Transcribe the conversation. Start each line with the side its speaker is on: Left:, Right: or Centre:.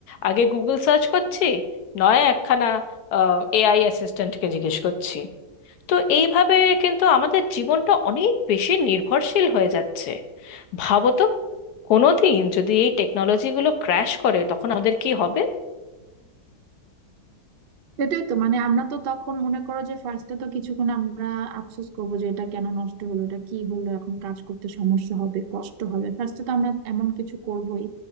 Left: আগে গুগল সার্চ করছি নয় একখানা এআই অ্যাসিস্ট্যান্টকে জিজ্ঞেস করছি তো এইভাবে কিন্তু আমাদের জীবনটা অনেক বেশি নির্ভরশীল হয়ে যাচ্ছে ভাবো তো কোনোদিন যদি এই টেকনোলজিগুলো ক্র্যাশ করে তখন আমাদের কি হবে
Right: সেটাই তো মানে আমরা তো তখন মনে করো যে ফার্স্টে তো কিছুক্ষণ আমরা আফসোস করবো যে এটা কেন নষ্ট হলো এটা কি হলো এখন কাজ করতে সমস্যা হবে কষ্ট হবে ফার্স্টে তো আমরা এমন কিছু করবোই